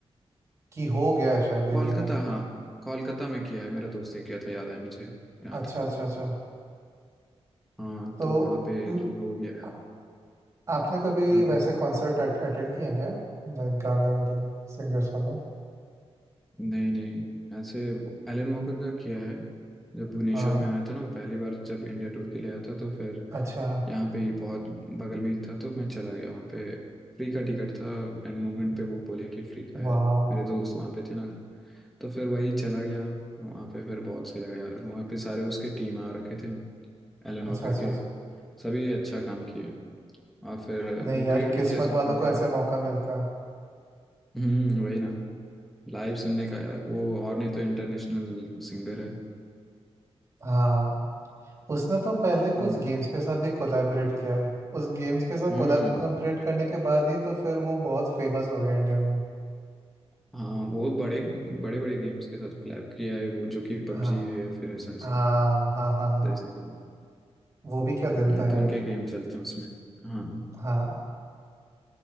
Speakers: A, on the right (about 30°); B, in the centre.
A: कि हो गया है शायद दिल्ली
B: कोलकाता
A: में
B: हाँ कोलकाता में किया है मेरा दोस्त ने किया था याद है मुझे याद
A: अच्छा अच्छा अच्छा
B: हाँ
A: तो
B: तो वहाँ पे
A: म,
B: तो हो गया है
A: आ- आपने कभी
B: हाँ
A: वैसे कॉन्सर्ट अटेंड किए हैं क्या लाइक गाने वाले सिंगर्स वाले
B: नहीं नहीं ऐसे एलन वॉकर का किया है जब भुवनेश्वर
A: हाँ
B: में आया था ना वो पहली बार जब इंडिया टूर के लिए आया था तो फिर
A: अच्छा
B: यहाँ पे ही बहुत बगल में ही था तो मैं चला गया वहाँ पे फ्री का टिकट था एंड मोमेंट पे वो बोले कि फ्री का है
A: वाओ
B: मेरे दोस्त वहाँ पे थे ना तो फिर वही चला गया वहाँ पे फिर बहुत सही लगा यार वहाँ पे सारे उसके टीम आ रखे थे एलन
A: अच्छा
B: वॉकर
A: अच्छा
B: के
A: अच्छा
B: सभी अच्छा काम किए और फिर
A: नहीं
B: वो
A: यार
B: ग्रीट भी
A: किस्मत
B: किया सबको
A: वालों को
B: कि
A: ऐसे मौका मिलता है
B: हम्म वही ना लाइव सुनने का यार वो और नहीं तो इंटरनेशनल सिंगर है
A: हाँ उसने तो पहले
B: हम्म
A: कुछ गेम्स के साथ भी कोलैबोरेट किया है उस गेम्स के साथ
B: हम्म,
A: कोलैबोरेट करने के बाद ही तो फिर वो बहुत फेमस हो गया इंडिया में
B: हाँ वो बड़े बड़े बड़े गेम्स के साथ कोलैब किया है वो जो कि पबजी
A: हाँ
B: है या फिर ऐसा ऐसा
A: हाँ हाँ हाँ हाँ
B: जैसे कि
A: वो भी क्या दिन
B: हम्म,
A: था
B: तो
A: यार
B: उनके गेम चलते हैं उसमें हाँ
A: हाँ